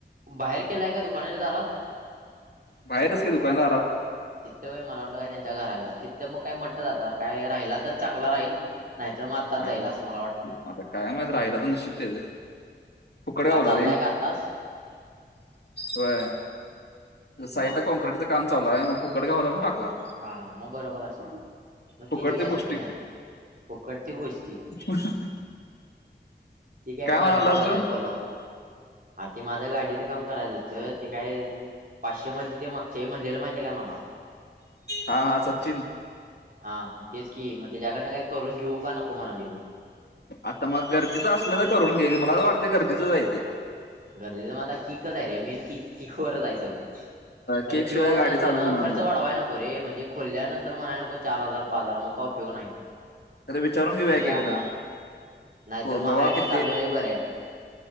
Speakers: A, on the right; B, on the left.
A: बाहेर केलाय, का दुकानाच्या दारात?
B: बाहेरच की... दुकानाच्या दारात
A: तिथं व्हय... मला वाटलं काय त्यांच्या घराबिरात. तिथं मग काय, <unintelligible> आता काय राहिला तर चांगला राहील नाईतर मग
B: काय...
A: जाईल असं मला वाटते
B: आता काय माहीत... राहिला तर नशीब त्याचं फुकट
A: का
B: गावला
A: चाललाय
B: रे...
A: का आत्ताच
B: व्हय साईडला
A: वा
B: कॉँक्रीिटचं काम चालू ए... मग फुकट गावला म्हणून टाकला
A: हा... मग... बरोबर असल... मग
B: फुकट
A: तेची काय
B: ते पौष्टिक
A: चुकी नाय... फुकट ते पोस्ती
B: हुं हुं
A: ती काय परंपराच
B: म्हणालास तू
A: हे कोल्हापूरात... ते माझं गाडीचं काम करायचं होतं, ते काय पाचशेमध्ये ते मागच्या येळी, म्हणलेलं माहितेय काय मला
B: हा हा सचिन
A: हा तेच की मग त्याच्याकडन काही करून घेऊ का नको म्हणाली
B: आता मग गरजेचं असलं तर करून घे की मला तर वाटते गरजेचं हाय ते
A: गरजेचं म आता किकच आहे रे मेन क किकवररच आहे सगळं. खरं
B: केक शिवाय
A: तो
B: गाडी
A: नंतर
B: चालूच होणार
A: खर्च
B: नाही
A: वाढवाय नको. पुरे म्हणजे खोोलल्यानंतर म्हणायला नको चार हजार पाच हजार मग का उपयोग नाही
B: तर विचारून घेऊया
A: मग
B: की
A: त्या
B: एकदा
A: नाहीतर
B: हो
A: मग
B: बाबा
A: हायाशी
B: किती
A: चाललेले बरे आहे